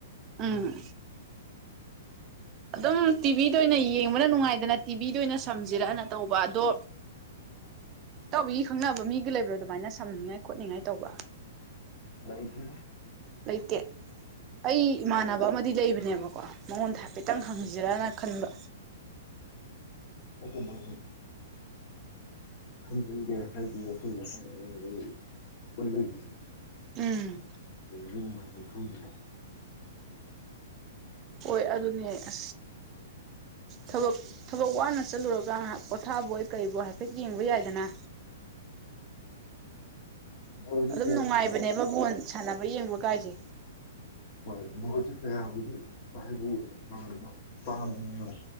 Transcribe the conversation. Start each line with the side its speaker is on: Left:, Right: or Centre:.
Right: ꯑꯝ ꯑꯗꯨꯝ ꯇꯤꯚꯤꯗ ꯑꯣꯏꯅ ꯌꯦꯡꯕꯅ ꯅꯨꯡꯉꯥꯏꯗꯅ ꯇꯤꯚꯤꯗ ꯑꯣꯏꯅ ꯁꯝꯖꯤꯔꯛꯑꯅ ꯇꯧꯕ ꯑꯗꯣ ꯇꯧꯔꯤꯒꯤ ꯈꯪꯅꯕ ꯃꯤꯒ ꯂꯩꯕ꯭ꯔꯥ ꯑꯗꯨꯃꯥꯏꯅ ꯁꯝꯅꯤꯡꯉꯥꯏ ꯈꯣꯠꯅꯤꯡꯉꯥꯏ ꯇꯧꯕ
Left: ꯂꯏꯁꯤ
Right: ꯂꯩꯩꯀꯦ ꯑꯩꯃꯅꯅꯕ ꯑꯃꯗꯤ ꯂꯩꯕ ꯌꯦꯕꯣꯑꯣ ꯃꯉꯣꯟ ꯊꯥꯛ ꯍꯥꯏꯐꯦꯠꯇꯪ ꯍꯪꯖꯔꯅ ꯈꯟꯕ
Left: ꯎꯃ ꯊ ꯎ ꯖꯒꯦ ꯍꯥꯏꯣꯏ ꯄꯨꯂ <inaudible>
Right: ꯎꯝ
Left: ꯪ <inaudible>
Right: ꯍꯣꯏ ꯑꯗꯨꯅꯦ ꯑꯁ ꯊꯕꯛ ꯊꯕꯛ ꯋꯥꯅ ꯆꯠꯂꯨꯔꯒ ꯉꯥꯏꯍꯥꯛ ꯄꯣꯊꯥꯕꯣꯏ ꯀꯔꯤꯕꯣ ꯍꯥꯏꯐꯦꯠ ꯌꯦꯡꯕ ꯌꯥꯏ ꯊꯅ
Left: ꯕꯣꯜꯁꯦ
Right: ꯑꯗꯨꯝ
Left: ꯀꯌꯥꯕꯨꯗꯤ
Right: ꯅꯨꯡꯉꯥꯏꯕꯅꯦꯕ ꯕꯣꯣꯟ ꯁꯥꯟꯅꯕ ꯌꯦꯡꯕ ꯀꯥꯏꯦ
Left: ꯍꯣꯏ ꯃꯁꯨ ꯀꯕꯨꯗꯤ <inaudible> ꯇꯥꯃ